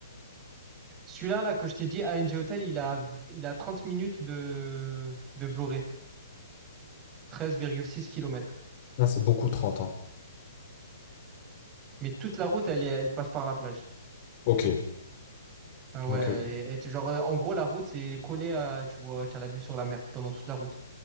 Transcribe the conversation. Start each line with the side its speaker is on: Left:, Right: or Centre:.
Right: Celui-là, là, que je t'ai dit, a n g Hotel, il a, il a 30 minutes de, de Vloré, treize virgule six kilomètres
Left: Là, c'est beaucoup trente. hein.
Right: Mais toute la route, elle, est- elle passe par la plage.
Left: Ok.
Right: Ah ouais,
Left: Ok.
Right: elle
Left: ok.
Right: est- elle est- genre, euh, en gros, la route, c'est collé à, tu vois, tu as la vue sur la mer pendant toute la route.